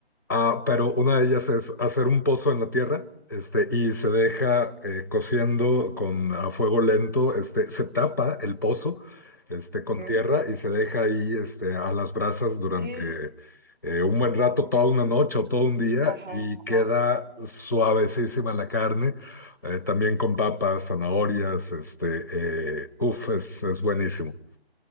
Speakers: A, on the left (about 20°); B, on the right (about 45°).
A: ah, pero una de ellas es hacer un pozo en la tierra, este, y se deja eh, cociendo con a fuego lento, este, se tapa el pozo, este,
B: Ujú.
A: con tierra y se deja ahí, este, a las brasas durante
B: Eh,
A: eh, un buen rato, toda una noche o todo un día,
B: ajá,
A: y
B: ajá.
A: queda suavecísima la carne, eh, también con papas, zanahorias, este, eh, uf, es, es buenísimo.